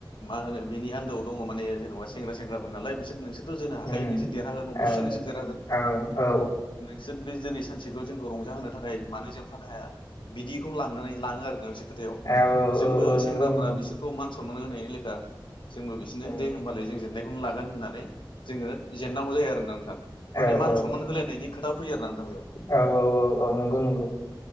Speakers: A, on the left; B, on the left.
A: मा होनो बेनि आन्दोआव दङ माने जेनेबा सेंग्रा सेंग्राफोर नालाय बिसोर नोंसोरथ' जोनो हाखायो
B: उम
A: नोंसोर देरहागोन अबसे
B: औ
A: नोंसोर देरहागोन
B: औ औ
A: नोंसोर बे दिनै जों सानसेखौ जोंखौ रंजाहोनो थाखाय मानो जेनफानो हाया बिदिखौ लांनानै लाङो आरोना बिसोर खोथायाव
B: औ
A: जोंबो
B: औ औ नंगौ
A: सेंग्राफ्रा
B: नंगौ
A: बिसोरखौ मान सनमान होनायनि लेखा जोंबो बिसोरनो
B: उम
A: दे होमबालाय जों जेननाय बेखौनो लागोन होननानै जोङो जेननांगौ जायो आरोना नोंथां माने
B: औ
A: मान
B: औ
A: सनमान होलायनायनि खोथा फैयो आरो ना नोंथां बेयाव
B: औ औ औ औ नंगौ नंगौ।